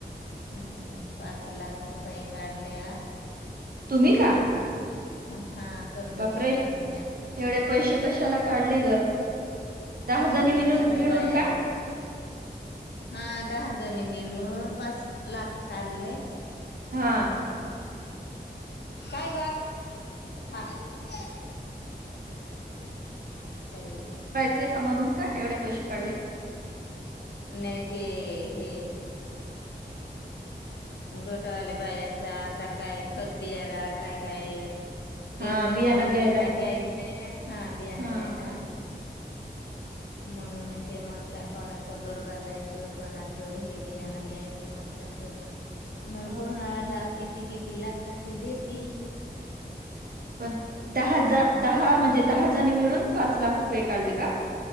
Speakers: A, on the left; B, on the right.
A: हम पाच लाख रुपये काढले.
B: तुम्ही का?
A: हा कर्ज
B: बापरे
A: घेतले ना बँकेतून
B: एवढे पैसे कशाला काढले ग दहा जणी
A: ते
B: मिळून
A: सगळ्या
B: मिळून
A: बायान
B: का
A: हा दहा जणे मिळून पाच लाख काढले
B: हा
A: काय गां थांब <unintelligible>
B: चेक का म्हणून का एवढे पैसे काढले
A: नाही ते हे गटवाल्या बायांचा आता काय खतबियाना काय काय
B: हा
A: पेरणीसाठी
B: बियाणं घ्यायला
A: त्यांना घ्यायच हाय ना हा बियाना
B: हा
A: घ्यायला
B: <unintelligible>
A: म्हणून ते म्हणता कोणाचं घर बांधायचं कोणाचं हे बियाणं घ्याय अस म्हणतात. मग
B: हा.
A: कोणा आला किती किती लागतात ते देतील.
B: पण दहा दहा म्हणजे दहाजनी मिळून पाच लाख रुपये काढले का?